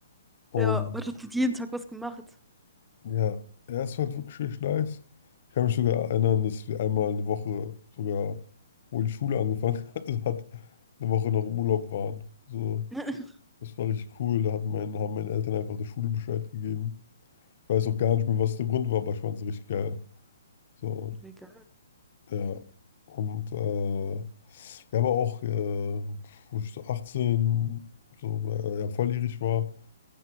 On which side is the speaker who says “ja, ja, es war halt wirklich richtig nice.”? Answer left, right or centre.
Left